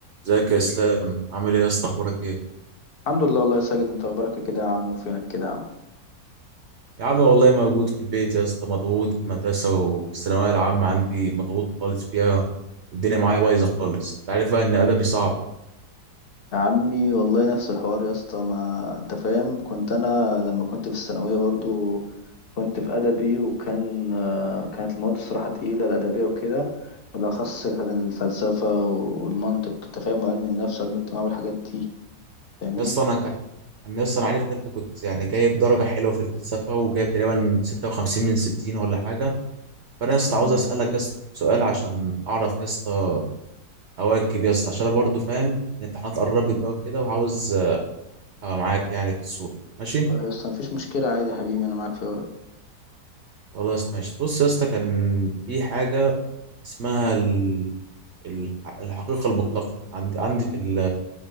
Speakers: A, on the right; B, on the left.
A: ازيك يا اسلام عامل ايه يا اسطى اخبارك ايه
B: الحمد لله والله يا ساجد انت اخبارك إيه كده يا عم وفينك كده يا عم
A: يا عم والله موجود في البيت يا اسطى مضغوط في المدرسه والثانويه العامه عندي مضغوط خالص فيها الدنيا معايا بايظه خالص انت عارف بقى ان ادبي صعب
B: يا عمي والله نفس الحوار يا اسطى ما انت فاهم كنت انا لما كنت في الثانويه برضو كنت في ادبي وكان آه، كانت المواد الصراحه تقيله الادبيه وكده بالاخص كان الفلسفه والمنطق انت فاهم وعلم النفس وعلم الاجتماع والحاجات دي فاهمني
A: يا اسطى انا كان كان يا اسطى انا عارف ان انت كنت يعني جايب درجه حلوه في الفلسفه وجايب تقريبا 56 من 60 ولا حاجه فانا يا اسطى
B: اه
A: عاوز اسالك يا اسطى سؤال عشان اعرف يا اسطى اواكب يا اسطى عشان انا برضه فاهم الامتحانات قربت بقى وكده وعاوز ابقى معاك يعني في السوق ماشي
B: يا اسطى مفيش مشكله عادي يا حبيبي انا معاك في الوقت
A: خلاص ماشي بص يا اسطى كان في حاجه اسمها ال- ال- الحقيقة المطلقة عندي عندي في ال-